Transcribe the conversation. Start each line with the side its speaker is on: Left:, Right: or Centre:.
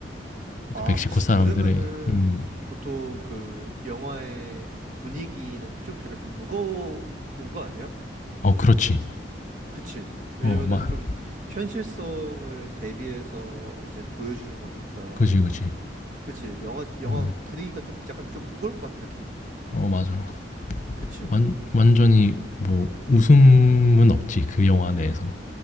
Right: 아,
Left: 그 멕시코 사람들의
Right: 그러면은
Left: 음.
Right: 보통 그 영화의 분위기는 좀 약간 좀 무거운 거 아니야?
Left: 어 그렇지.
Right: 그치? 왜냐면은
Left: 어 마.
Right: 좀 현실성을 대비해서 이제 보여주는 거니까.
Left: 그지 그지.
Right: 그치? 영화 영화
Left: 어.
Right: 분위기가 좀 약간 좀 무거울 것 같은 느낌이 드나?
Left: 어 맞아.
Right: 그치?
Left: 완, 완전히 뭐 웃음은
Right: 음.
Left: 없지 그 영화 내에서